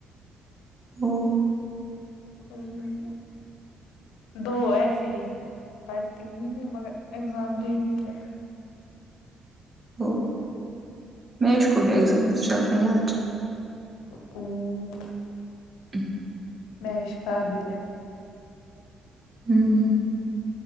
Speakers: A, on the right (about 35°); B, on the left (about 70°).
A: ہوں
B: ہوں دو ایسی پڑھتی نہیں ہیں مگر اگزام دے دیا
A: وہ میرچ کو بھی ایگزامس چل رہے ہیں آج
B: ہوں
A: ا
B: میش قابل ہے
A: ہوں